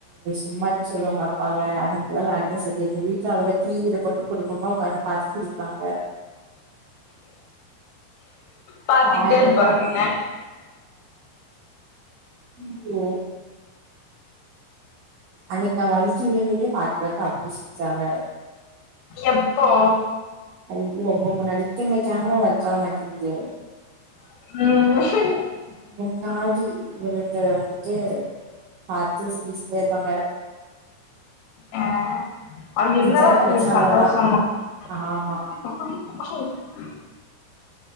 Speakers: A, on the right; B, on the left.
A: இந் மாரி சொல்லு உங் அப்பாவ அதுக்லா வேறதா சொல்லிரு எங் வீட்ல அவ்ள தா டிவி ல போட்டு குடும்பமா உக்காந்து பாத்து சிரிப்பாங்க
B: பாத்துக்கிட்டே
A: வேண்டவே
B: ருப்பாங்க ங்க
A: <inaudible> யோ அன்னிக் நா வலுக்கி விழுந்ததே பாத்து பாத்து அப்டி சிர்ச்சாங்க
B: எப்போ
A: அது ரொம்போ முன்னாடி எங்க கேமரா ஒர்க் ஆக மாட்டிக்குது
B: ம்
A: முன்னாடி விழுந்த வந்துட்டு பாத்து சிரிச்ட்டேருப்பாங்க
B: ஆ ஆ என்ன
A: இதெல்லா
B: தா அப்டி
A: கெடச்சா
B: ஒரு
A: அவ்ளதா
B: சந்தோசமோ <unintelligible>
A: ஆமா